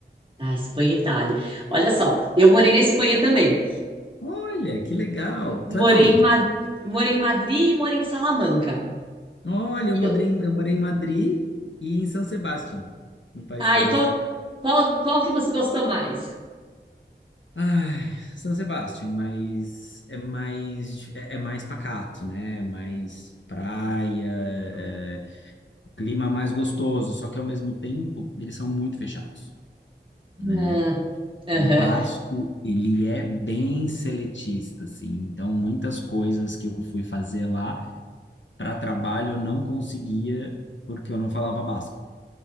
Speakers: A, on the right; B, on the left.
A: Ah, Espanha e Itália. Olha só, eu morei na Espanha também.
B: Olha, que legal. Tu
A: Morei
B: é da onde?
A: em, Ma- morei em Madrid e morei em Salamanca.
B: Olha, eu
A: E
B: morei,
A: eu-
B: em- eu morei em Madrid e em San Sebastián, no País
A: Ah,
B: Basco.
A: e qual, qual, qual que você gostou mais?
B: Ai, San Sebastián, mas é mais é, é mais pacato, né? É Mais praia, é, clima mais gostoso, só que ao mesmo tempo eles são muito fechados, né?
A: Ah, aham.
B: O Basco, ele é bem seletista, assim. Então, muitas coisas que eu fui fazer lá para trabalho eu não conseguia porque eu não falava basco.